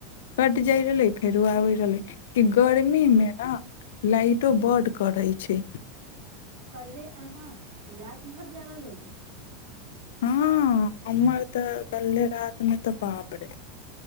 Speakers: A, on the left; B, on the right.
A: कटि जाइत रहलै फेरो आबैत रहलै कि गर्मीमे ने लाइटो बड करै छै
B: कहल्ले अहाँ रात भर जागल रहली
A: हँ हमर तऽ कल्हे राति मे तऽ बाप रे